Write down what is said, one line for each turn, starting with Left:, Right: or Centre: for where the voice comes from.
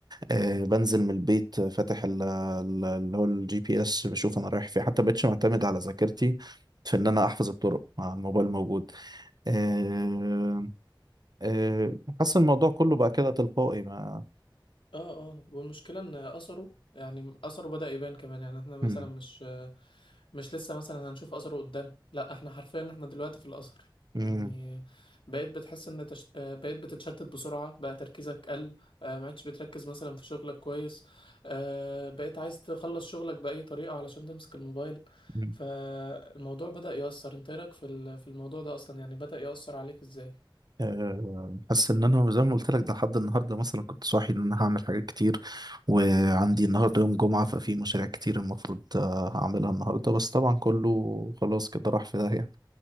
Right: أه بنزل من البيت فاتح ال- ال- اللي هو الجي بي اس بشوف انا رايح فين حتى بقتش معتمد على ذاكرتي في ان انا احفظ الطرق مع الموبايل موجود آه، آه، حاسس الموضوع كله بقى كده تلقائي ما
Left: اه اه والمشكلة ان اثره يعني اثره بدأ يبان كمان يعني احنا مثلا
Right: مم،
Left: مش مش لسه مثلا هنشوف اثره قدام لا احنا حرفيا احنا دلوقتي في الاثر
Right: مم،
Left: يعني بقيت بتحس ان تش... آه، بقيت بتتشتت بسرعة بقى تركيزك قل آه، ما عادش بتركز مثلا في شغلك كويس آه، بقيت عايز تخلص شغلك بأي طريقة علشان تمسك الموبايل
Right: مم.
Left: فالموضوع بدأ يأثر انت إيه رأيك في ال- في الموضوع ده اصلا يعني بدأ يأثر عليك ازاي
Right: آه، حاسس ان انا زي ما قلت لك ده لحد النهارده مثلا كنت صاحي ان انا هعمل حاجات كتير وعندي النهارده يوم جمعه ففي مشاريع كتير المفروض آه، هعملها النهارده بس طبعا كله خلاص كده راح في داهيه